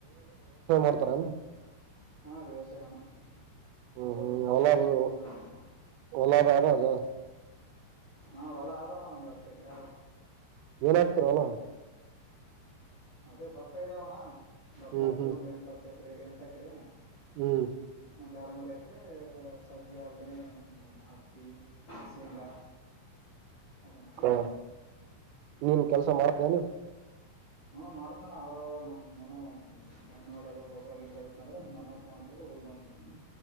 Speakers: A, on the right; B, on the left.
A: ಮಾಡ್ತಾರಾ
B: ಹಾ ವ್ಯವಸಾಯ ಅಣ್ಣ
A: ಹ್ಮ್ ಹ್ಮ್
B: ಊರು
A: ಹೊಲದು
B: ಬಿಟ್ಟು ಎಲ್ಲೂ ಹೋಗಲ್ಲ ಇದೆ
A: ಹೊಲದ ಅದ ಅದ
B: ಅಣ್ಣಾ ಒಂದ್ ಹತ್ತ ಎಕರೆ
A: ಏನ್ ಹಾಕ್ತಿರಿ ಹೊಲದಾಗ
B: ಅದೇ ಭತ್ತ ಇದೆ ಅಣ್ಣ ಗೊತ್ತಾಗುತ್ತೆ
A: ಹ್ಮ್ ಹ್ಮ್
B: ಒಂದು ಎಂಟು ಹತ್ತ ಎಂಟ ಎಕ್ಕರೆ
A: ಹೂ
B: ಒಂದೆರಡು ಮೂರು ಎಕ್ಕರೆ ಸಜ್ಜಿಯಾಗಲಿ ಒಮ್ಮೆ ಹತ್ತಿ ಶೇಂಗಾ ಅದನ್ನ ಹಾಕ್ತಿವಿ
A: ಹಾ ನೀನ್ ಕೆಲಸ ಮಾಡ್ತಿ, ಏನು
B: ಹಾ ಮಾಡ್ತೀನಿ ಅಣ್ಣಾ ಅವಾಗವಾಗ ಇಲ್ಲನ್ನು ಎಲ್ಲಾದರೂ ಗೊಬ್ಬರ ಇದ್ದರೆ ಮನೆಗೆ ಫೋನ್ ಹಚ್ಚಿ ಬಂದ್ಬಿಡ್ತೀನಿ